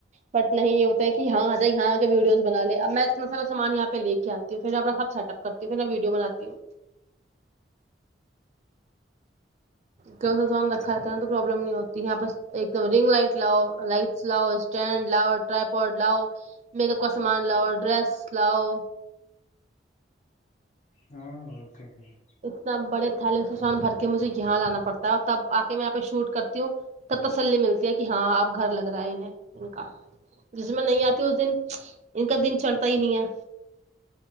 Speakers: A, on the right; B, on the left.
A: بٹ نہیں یہ ہوتا ہے کہ ہاں آ جائے یہاں آ کے ویڈیوز بنا لے اب میں اتنا سارا سامان یہاں پہ لے کے آتی ہوں پھر اپنا سب سیٹ اپ کرتی ہوں پھر میں ویڈیو بناتی ہوں کیا سامان رکھاتا ہے ن تو پرابلم نہیں ہوتی یہاں پ ایک دم رنگ لائٹ لاؤ لائٹس لاؤ اسٹینڈ لاؤ ٹرائی پوڈ لاؤ میک اپ کا سامان لاؤ ڈریس لاؤ
B: ہاں تو ہے
A: اتنا بڑے تھالے سے ان بھر کے مجھے یہاں جانا پڑتا ہے اور تب آ کے میں یہاں پہ شوٹ کرتی ہوں تب تسلی ملتی ہے کہ ہاں اپ گھر لگ رہا ہے انیں ان کا جس دن میں نہیں آتیوں اس دن ان کا دن چڑتا ہی نہیں ہے